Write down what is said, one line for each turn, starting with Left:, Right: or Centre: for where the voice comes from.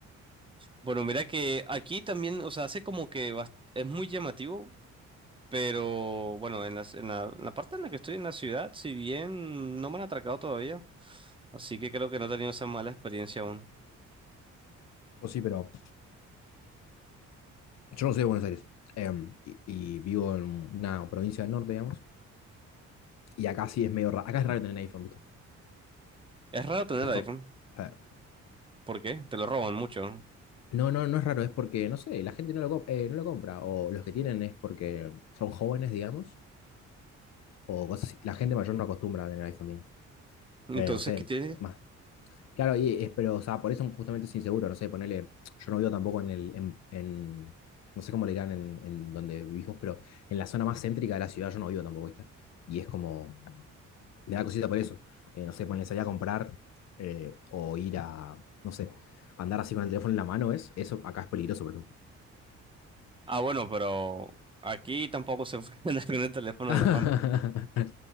Right: Bueno, mira que aquí también, o sea, hace como que bast- es muy llamativo, pero bueno, en las- en la, en la parte en la que estoy en la ciudad, si bien no me han atracado todavía, así que creo que no he tenido esa mala experiencia aún.
Left: Yo sí, pero yo no soy de Buenos Aires. em, y, y vivo en una provincia del norte, digamos. Y acá sí es medio raro. Acá es raro tener iPhone, ¿viste?
Right: Es raro tener
Left: Es
Right: el iPhone.
Left: como. eh,
Right: ¿Por qué? Te lo roban mucho, ¿no?
Left: No, no, no es raro, es porque, no sé, la gente no lo, com- eh, no lo compra. O los que tienen es porque son jóvenes, digamos. O cosas así. La gente mayor no acostumbra a tener iPhone, digamos.
Right: Entonces,
Left: Eh, no sé,
Right: ¿qué tiene?
Left: más Claro, y, es- pero, o sea, por eso justamente es inseguro, no sé, ponele, yo no vivo tampoco en el, en, en- no sé cómo le dirán en, en donde vivís vos, pero en la zona más céntrica de la ciudad yo no vivo tampoco, ¿viste? Y es como, me da cosita por eso, Eh, no sé, ponele salir a comprar eh, o ir a, no sé, andar así con el teléfono en la mano, ¿es? Eso acá es peligroso, por ejemplo.
Right: Ah, bueno, pero aquí tampoco se <laughs> puede andar con el teléfono
Left: <laughs>
Right: en la mano.